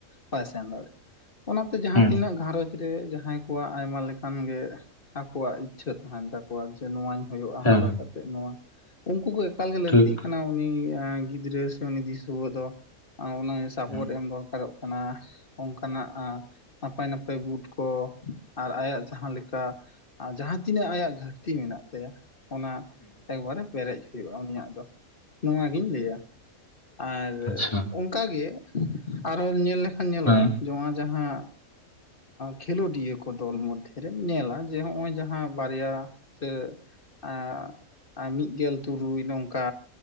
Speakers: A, on the left; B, on the left.
A: ᱵᱟᱭ ᱥᱮᱱ ᱫᱟᱲᱮᱜ ᱚᱱᱟᱛᱮ ᱡᱟᱦᱟᱸ
B: ᱦᱩᱸ
A: ᱛᱤᱱᱟᱹᱜ ᱜᱷᱟᱨᱚᱧᱡᱽ ᱨᱮ ᱡᱟᱦᱟᱸᱭ ᱠᱚᱣᱟᱜ ᱟᱭᱢᱟ ᱞᱮᱠᱟᱱ ᱜᱮ ᱟᱠᱚᱣᱟᱜ ᱤᱪᱪᱷᱟᱹ ᱛᱟᱦᱮᱱ ᱛᱟᱠᱚᱣᱟ ᱱᱚᱣᱟ ᱦᱩᱭᱩᱜᱼᱟ
B: ᱦᱮᱸ
A: ᱦᱟᱨᱟ
B: ᱦᱮᱸ
A: ᱠᱟᱛᱮ ᱱᱚᱣᱟ ᱩᱱᱠᱩ ᱠᱚ ᱮᱠᱟᱞᱜᱮ ᱞᱟᱹᱠᱛᱤᱜ
B: ᱴᱷᱤᱠ
A: ᱠᱟᱱᱟ ᱩᱱᱤ ᱜᱤᱫᱽᱨᱟᱹ ᱥᱮ ᱩᱱᱤ ᱫᱤᱥᱩᱣᱟᱹ ᱫᱚ ᱥᱟᱯᱳᱨᱴ
B: ᱦᱩᱸ
A: ᱮᱢ ᱫᱚᱨᱠᱟᱨᱚᱜ ᱠᱟᱱᱟ᱾ ᱚᱱᱠᱟᱱᱟᱜ ᱱᱟᱯᱟᱭ ᱱᱟᱯᱟᱭ ᱵᱩᱴ ᱠᱚ ᱟᱨ ᱟᱭᱟᱜ ᱡᱟᱦᱟᱸ ᱞᱮᱠᱟ ᱟᱨ ᱡᱟᱦᱟᱸ ᱛᱤᱱᱟᱹᱜ ᱟᱭᱟᱜ ᱜᱷᱟᱹᱴᱛᱤ ᱢᱮᱱᱟᱜ ᱛᱟᱭᱟ ᱚᱱᱟ ᱮᱠᱵᱟᱨᱮ ᱯᱮᱨᱮᱡ ᱦᱩᱭᱩᱜᱼᱟ ᱩᱱᱤᱭᱟᱜ ᱫᱚ ᱱᱚᱣᱟᱜᱤᱧ ᱞᱟᱹᱭᱟ᱾ ᱟᱨ
B: ᱟᱪᱪᱷᱟ
A: ᱚᱱᱠᱟᱜᱮ ᱟᱨᱚ ᱧᱮᱞ ᱞᱮᱠᱷᱟᱱ ᱧᱮᱞᱚᱜᱼᱟ
B: ᱦᱮᱸ
A: ᱡᱮ ᱚᱱᱟ ᱡᱟᱦᱟᱸ ᱠᱷᱮᱞᱳᱰᱤᱭᱟᱹ ᱠᱚ ᱫᱚᱞ ᱢᱚᱫᱽᱫᱷᱮ ᱨᱮᱢ ᱧᱮᱞᱟ ᱡᱮ ᱱᱚᱜᱼᱚᱭ ᱡᱟᱦᱟᱸ ᱵᱟᱨᱭᱟ ᱥᱮ ᱟᱸᱻ ᱟ ᱢᱤᱫ ᱜᱮᱞ ᱛᱩᱨᱩᱭ ᱱᱚᱝᱠᱟ